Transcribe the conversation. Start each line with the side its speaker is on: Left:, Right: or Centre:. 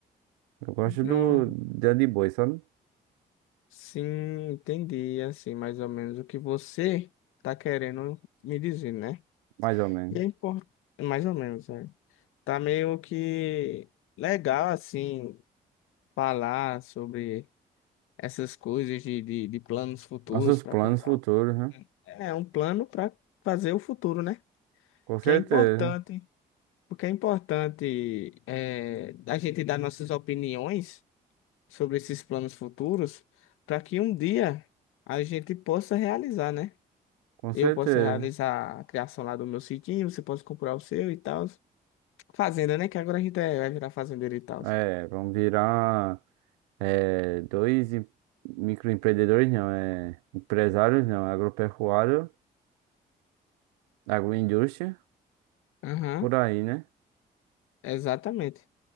Right: Eu gosto
Left: Não.
Right: do dia de boi, sabe?
Left: Sim, entendi, assim, mais ou menos o que você tá querendo me dizer, né?
Right: Mais ou menos.
Left: E é importante, mais ou menos, né? Tá meio que legal, assim, falar sobre essas coisas de, de, de planos futuros
Right: Nossos
Left: para
Right: planos
Left: comprar.
Right: futuros,
Left: um-
Right: né?
Left: É um plano para fazer o futuro, né?
Right: Com certeza,
Left: Que é importante, porque é importante é, a gente dar nossas opiniões sobre esses planos futuros para que um dia a gente possa realizar, né?
Right: com
Left: Eu
Right: certeza.
Left: posso realizar a criação lá do meu sitinho, você pode comprar o seu e tal. Fazenda, né? Que agora a gente é- vai virar fazendeiro e tal.
Right: É, vamos virar é, dois em- microempreendedores, não, é empresários, não, agropecuário, agroindústria,
Left: Aham,
Right: por aí, né?
Left: exatamente.